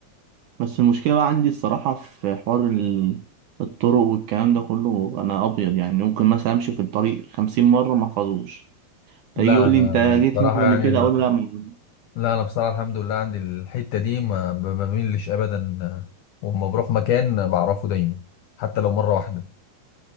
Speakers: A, on the right; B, on the left.
A: بس المشكله بقى عندي الصراحه في حوار ال- الطرق والكلام ده كله انا ابيض يعني ممكن مثلا امشي في الطريق 50 مره ما احفظوش
B: لا
A: فيجي يقول
B: أنا
A: لي انت جيت
B: بصراحة
A: هنا
B: يعني
A: قبل كده
B: ال...
A: اقول له لا ما-
B: لا أنا بصراحة الحمد لله عندي الحتة دي ما ب- بميلش أبدا آه، وأما بروح مكان بعرفه دايما حتى لو مرة واحدة